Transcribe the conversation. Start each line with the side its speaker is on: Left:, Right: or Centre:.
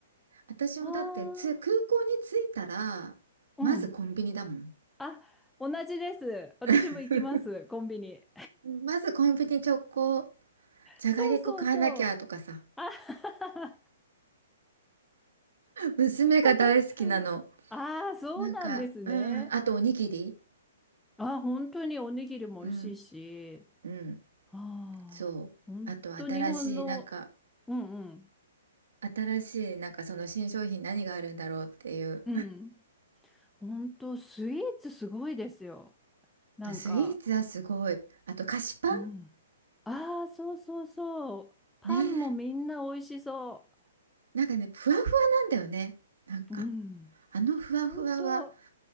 Right: 私もだってつ空港に着いたらまずコンビニだもん。
Centre: ああ、うん。あ、同じです。私も行きます、
Right: <laughs>
Centre: コンビニ。
Right: まずコンビニ直行じゃがりこ買わなきゃとかさ、
Centre: そうそうそう。あ <laughs>
Right: 娘が大好きなの。
Centre: <laughs> また、ああ、そうなんですね。
Right: なんか、うん、あとおにぎり、
Centre: ああ、本当におにぎりも美味しいし、
Right: うん、うん、
Centre: ああ、
Right: そう。
Centre: 本当日本の、
Right: あと新しい、なんか、
Centre: うんうん、
Right: 新しい、なんかその新商品何があるんだろうっていう。
Centre: うん。本当スイーツすごいですよ。なんか、
Right: あスイーツはすごい。あと菓子パン
Centre: うん。ああ、そうそうそう。パンもみんな美味しそ
Right: ねえ。なんかね、ふわふわなんだよね。なんか、
Centre: う。うん。
Right: あのふわふわは、
Centre: 本当、